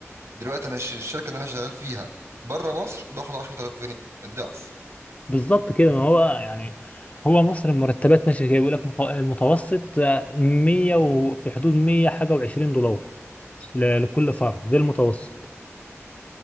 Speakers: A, on the right; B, on the left.
A: دلوقتي انا الش- الشركه اللي انا شغال فيها بره مصر باخد 10000 جنيه الضعف
B: بالظبط كده ما هو يعني هو مصر المرتبات ماشيه كده بيقول لك مت- المتوسط 100 وفي حدود 100 حاجه و20 دولار ل- لكل فرد ده المتوسط